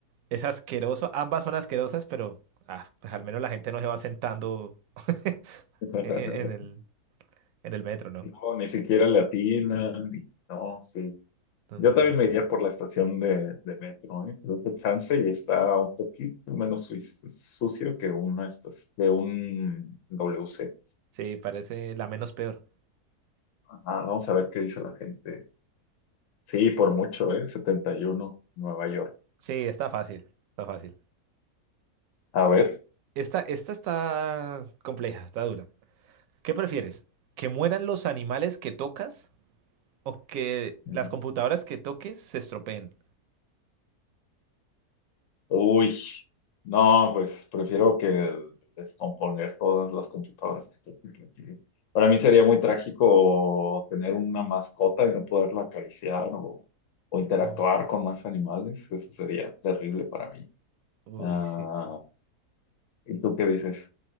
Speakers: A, on the right; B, on the left.
A: Es asqueroso. Ambas son asquerosas, pero ah, pues al menos la gente no se va sentando <laughs>
B: <laughs>
A: en, en el, en el metro, ¿no?
B: No, ni siquiera latinan. ni- No, sí.
A: Entonces,
B: Yo también
A: no- no.
B: me iría por la estación de, de metro, ¿eh? Creo que chance y está un poquito menos suis- sucio que una estas- que un WC.
A: Sí, parece la menos peor.
B: Ah, vamos a ver qué dice la gente. Sí, por mucho, ¿eh? setenta y uno, Nueva York.
A: Sí, está fácil. Está fácil.
B: A ver.
A: Esta, esta está compleja, está dura. ¿Qué prefieres? ¿Que mueran los animales que tocas o que
B: Ujú.
A: las computadoras que toques se estropeen?
B: Uy, no, pues prefiero que descomponer todas las computadoras que tengo que tener. Para mí sería muy trágico tener una mascota y no poderla acariciar o, o interactuar
A: Uf,
B: con más animales. Eso sería terrible para mí.
A: Uy,
B: Ah,
A: sí, sí.
B: ¿y tú qué dices?